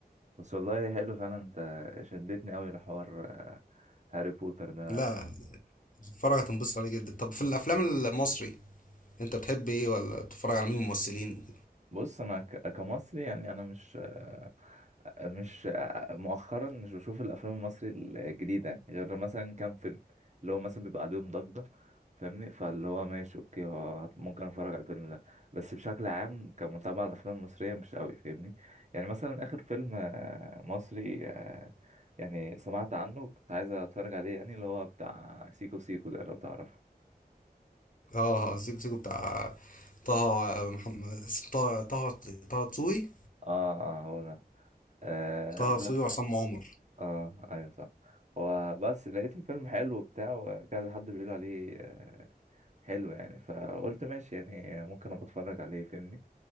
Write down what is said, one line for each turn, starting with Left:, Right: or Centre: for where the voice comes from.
Right: بس والله حلو فعلا انت شدتني قوي لحوار آه، هاري بوتر ده
Left: لا تتفرج هتنبسط عليه جدا طب في الافلام المصري انت بتحب ايه ولا بتتفرج على مين ممثلين
Right: بص انا ك- كمصري يعني انا مش آه، مش آه، مؤخرا مش بشوف الافلام المصري الجديده يعني غير مثلا كام فيلم اللي هو مثلا بيبقى عليهم ضجه فاهمني فاللي هو ماشي اوكي هو هت- ممكن اتفرج على الفيلم ده بس بشكل عام كمتابعه الافلام المصريه مش قوي فاهمني يعني مثلا اخر فيلم آه، مصري آه، يعني سمعت عنه وكنت عايز اتفرج عليه يعني اللي هو بتاع سيكو سيكو ده لو تعرفه
Left: اه سيكو سيكو بتاع طه محمد اسم- طه طه طه دسوقي
Right: اه اه هو ده آه
Left: طه دسوقي وعصام عمر
Right: اه ايوه صح وبس لقيت الفيلم حلو وبتاع وكذا حد بيقول عليه آه، حلو يعني فقلت ماشي يعني ممكن ابقى اتفرج عليه فاهمني